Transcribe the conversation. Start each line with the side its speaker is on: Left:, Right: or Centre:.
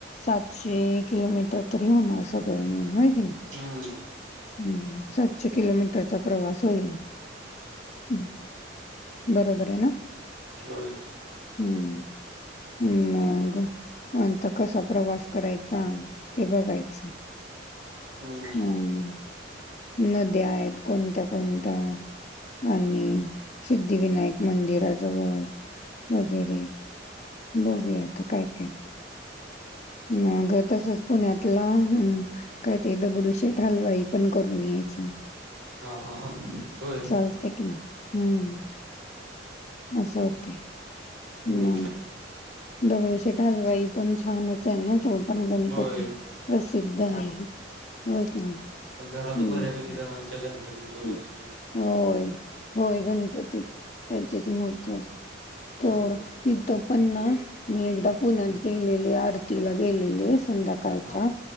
Left: सातशे एक. किलोमीटर तरी होणार सगळं मिळून, होय की नाही
Right: हं.
Left: हू सात शे किलोमीटरचा प्रवास होईल हं.
Right: हं,
Left: बरोबर
Right: हं, हं.
Left: हे ना.
Right: होय.
Left: हू मंग आता कसा प्रवास कराय चामं ते बघायचं
Right: हं.
Left: मं. नद्या आहेत कोणत्या, कोणत्या. आणि सिद्धिविनायक मंदिराजवळ वगैरे. बघूयां आता काय, काय. मग तसच पुण्यातला हू! काय ते दगडूशेठ हलवाई पण करून यायचं.
Right: हां, हां, हां. होय.
Left: चालतं की म. हू असं होतय.
Right: हं.
Left: मं दगडूशेठ हालवाई पण छानच आहे ना तो. पण गणपती
Right: होय.
Left: प्रसिद्ध आहे होय की नाही.
Right: त घरात
Left: हं,
Right: बऱ्यापैकी
Left: हं,
Right: जणांच्या गणपती तोच
Left: हं.
Right: असतोय.
Left: होय, होय गणपतीत त्यांचीच मूर्ती असते तेवढं.
Right: होय.
Left: तिथ पण ना मी एकदा पुण्यात गेलेले आरतीला गेलेले संध्या काय
Right: हां.
Left: च्या